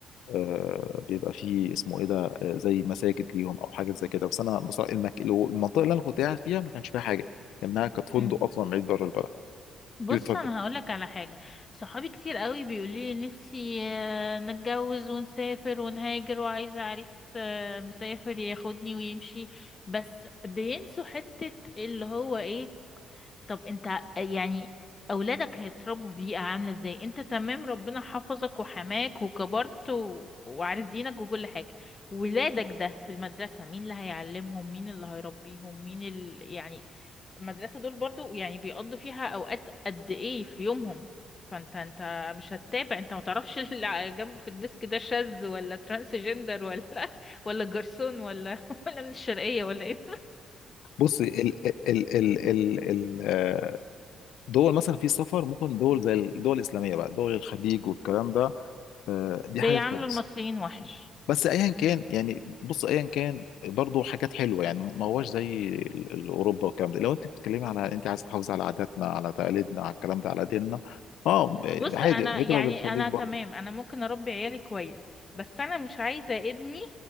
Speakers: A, on the left; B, on the left.
A: آه، بيبقى فيه اسمه ايه ده آه، زي مساجد ليهم او حاجات زي كده بس انا بصراحه المك... لو- المنطقه اللي انا كنت قاعد فيها ما كانش فيها حاجه لانها كانت فندق
B: أمم.
A: اصلا بعيد بره البلد
B: بص
A: يتفق-
B: انا هقولك على حاجه صحابي كتير قوي بيقولوا لي نفسي آه، نتجوز ونسافر ونهاجر وعايزه عريس آه، مسافر ياخدني ويمشي بس بينسوا حته اللي هو ايه طب انت يعني اولادك هيتربوا في بيئه عامله ازاي انت تمام ربنا حفظك وحماك وكبرت و... وعارف دينك وكل حاجه ولادك ده في المدرسة مين اللي هيعلمهم مين اللي هيربيهم مين ال... يعني المدرسة دول برضو يعني بيقضوا فيها اوقات قد ايه في يومهم فانت انت مش هتتابع انت ما تعرفش <laughs> اللي على جنبه في الديسك ده شاذ ولا ترانسجندر ولا <laughs> ولا جرسون ولا <laughs> ولا من الشرقية ولا ايه
A: بص ال ال ال ال ال- آه، دول مثلا في السفر ممكن دول زي الدول الاسلاميه بقى دول الخليج والكلام ده آه،
B: <laughs>
A: دي
B: بيعاملوا
A: حاجه كويسه
B: المصريين وحش
A: بس ايا كان يعني بص ايا كان برضو حاجات حلوه يعني ما هوش زي ال- ال- اوروبا والكلام ده لو انت بتتكلمي على انت عايز تحافظي على عاداتنا على تقاليدنا على الكلام ده على ديننا اه
B: بص
A: عادي
B: انا
A: هجره
B: يعني
A: للخليج
B: انا
A: برضو
B: تمام انا ممكن اربي عيالي كويس بس انا مش عايزة ابني